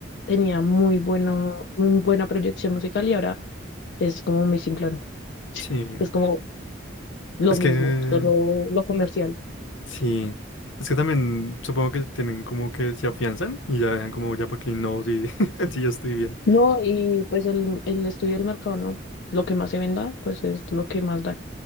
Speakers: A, on the left; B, on the left.
A: tenía muy bueno, muy buena proyección musical y ahora es como mi simplón. <laughs>
B: Sí.
A: Es como lo
B: Es
A: mismo,
B: que
A: solo lo comercial.
B: sí, es que también supongo que tienen como que se afianzan y ya dejan como ya para que no, sí, <laughs> sí, ya estoy bien.
A: No, y pues el, el estudio del mercado, ¿no? Lo que más se venda, pues es lo que más da.